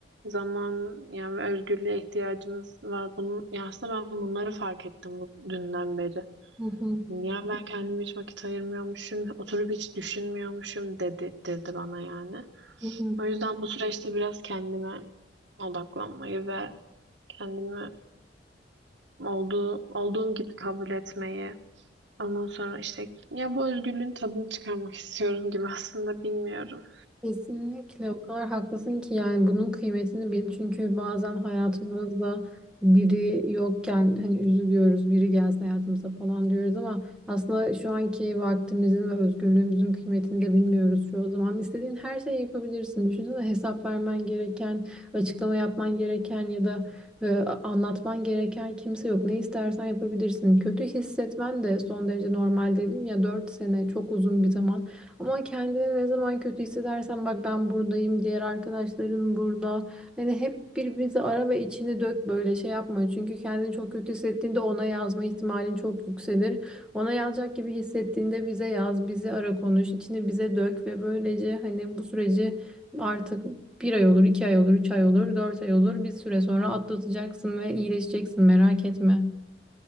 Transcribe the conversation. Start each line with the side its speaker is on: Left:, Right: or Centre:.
Right: Zaman yani özgürlüğe ihtiyacımız var. Bunun, ya aslında ben bunları fark ettim bu dünden beri.
Centre: Hı hı.
Right: Ya ben kendime hiç vakit ayırmıyormuşum, oturup hiç düşünmüyormuşum dedirtti bana yani.
Centre: Hı hı.
Right: O yüzden bu süreçte biraz kendime odaklanmayı ve kendimi olduğu, olduğum gibi kabul etmeyi, ondan sonra işte ya bu özgürlüğün tadını çıkarmak <laughs> istiyorum gibi aslında bilmiyorum.
Centre: Kesinlikle o kadar haklısın ki yani bunun kıymetini bil. Çünkü bazen hayatımızda biri yokken hani üzülüyoruz, biri gelsin hayatımıza falan diyoruz ama aslında şu anki vaktimizin ve özgürlüğümüzün kıymetini de bilmiyoruz çoğu zaman. İstediğin her şeyi yapabilirsin. Düşünsene hesap vermen gereken, açıklama yapman gereken ya da e, anlatman gereken kimse yok. Ne istersen yapabilirsin. Kötü hissetmen de son derece normal dedim ya 4 sene çok uzun bir zaman. Ama kendini ne zaman kötü hissedersen bak ben buradayım, diğer arkadaşların burada. Hani hep birbirinizi ara ve içini dök böyle şey yapma. Çünkü kendini çok kötü hissettiğinde ona yazma ihtimalin çok yükselir. Ona yazacak gibi hissettiğinde bize yaz, bizi ara konuş, içini bize dök ve böylece hani bu süreci artık bir ay olur, iki ay olur, üç ay olur, dört ay olur. Bir süre sonra atlatacaksın ve iyileşeceksin merak etme.